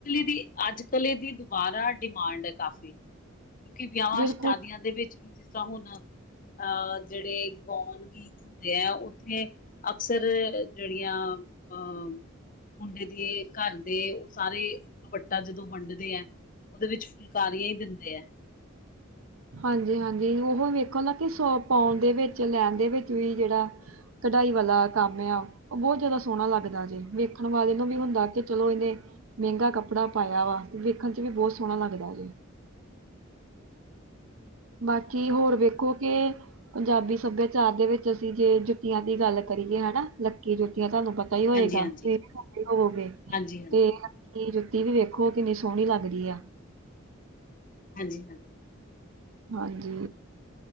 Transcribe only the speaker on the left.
ਦੀ ਅੱਜ ਕੱਲ ਦੀ ਦੁਬਾਰਾ ਡਿਮਾਂਡ ਹੈ ਕਾਫ਼ੀ। ਕਿਉਂਕਿ ਵਿਆਵਾਂ
ਸ਼ਾਦੀਆਂ ਦੇ ਵਿੱਚ ਵੀ ਜਿਸ ਤਰ੍ਹਾਂ ਹੁਣ ਅਹ ਜਿਹੜੇ ਗਾਉਣ ਗੀ ਹੁੰਦੇ ਹੈ, ਉੱਥੇ ਅਕਸਰ ਜਿਹੜੀਆਂ ਅਹ ਮੁੰਡੇ ਦੀ ਘਰ ਦੇ ਸਾਰੇ ਦੁਪੱਟਾ ਜਦੋਂ ਵੰਡਦੇ ਹੈ ਉਹਦੇ ਵਿੱਚ ਫੁਲਕਾਰੀਆਂ ਹੀ ਦਿੰਦੇ ਹੈ‌।
<unintelligible>
ਹਾਂਜੀ ਹਾਂਜੀ
ਹਾਂਜੀ ਹਾਂਜੀ
ਹਾਂਜੀ-ਹਾਂਜੀ।